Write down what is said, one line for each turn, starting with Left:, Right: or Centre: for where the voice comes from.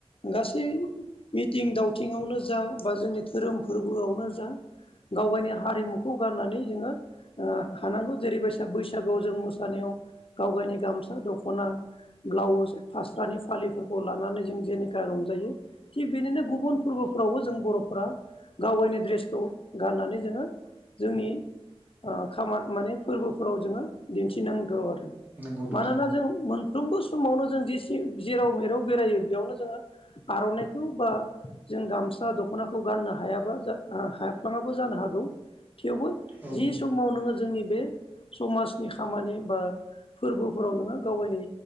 Left: गासै मिथिं दावथिंआवनो जा बा जोंनि धोरोम फोरबोआवनो जा गावगायनि हारिमुखौ गारनानै जोङो हानांगौ जेरैबायसा बैसागोआव जों मोसानायाव गावगायनि गामसा दख'ना ब्लाउस फास्रानि फालिफोरखौ लानानै जों जेनेका रंजायो। थिग बेदिनो गुबुन फोरबोफ्रावबो जों बर'फोरा गावगायनि ड्रेसखौ गाननानै जोङो जोंनि खामा माने फोरबोफोराव जोङो दिन्थिनांगौ आरो।
Right: नंगौ नोंथां
Left: मानोना जों मोनफ्रोमबो समावनो जों जे सिम जेराव मेराव बेरायो बेयावनो जोङो आरनायखौ बा जों गामसा दख'नाखौ गाननो हायाबा हाफ्लाङाबो जानो हागौ। थेवबो
Right: औ
Left: जि समाव नोङो जोंनि बे समाजनि खामानि बा फोरबोफोराव नोङो गावगायनि